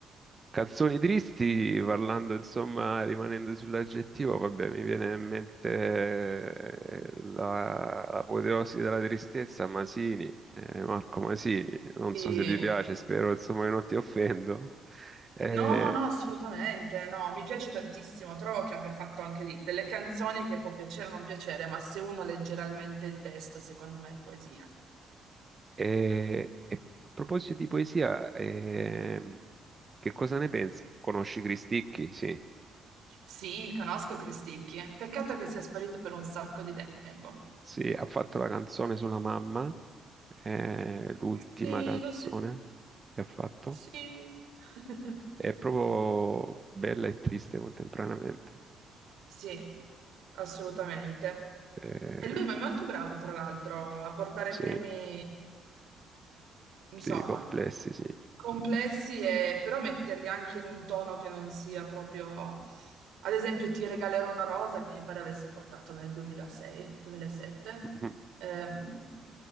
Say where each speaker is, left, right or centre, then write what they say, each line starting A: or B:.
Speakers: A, on the right; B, on the right.
A: Canzoni tristi, parlando insomma, rimanendo sull'aggettivo, vabbè, mi viene in mente eh, la- l'apoteosi della tristezza, Masini, eh, Marco Masini, non
B: E
A: so se ti piace, spero insomma che non ti offendo. Eh,
B: No, no, assolutamente, no, mi piace tantissimo, trovo che abbia fatto anche lì delle canzoni che può piacere o non piacere, ma se uno legge realmente il testo, secondo me è poesia.
A: eh, e a proposito di poesia, ehm, che cosa ne pensi? Conosci Cristicchi? Sì,
B: Sì, conosco Cristicchi, peccato che sia sparito per un sacco di tempo.
A: sì, ha fatto la canzone sulla mamma, eh, l'ultima
B: Sì,
A: canzone
B: lo senti,
A: che ha fatto.
B: sì. <laughs>
A: È proprio bella e triste contemporaneamente.
B: Sì, assolutamente.
A: Eh,
B: E lui ma è molto bravo, tra l'altro, a portare
A: sì,
B: temi, insomma,
A: sì, complessi, sì.
B: complessi e però metterli anche in un tono che non sia proprio... Ad esempio, Ti regalerò una rosa che mi pare avesse portato nel 2006, 2007,
A: Mhm,
B: ehm,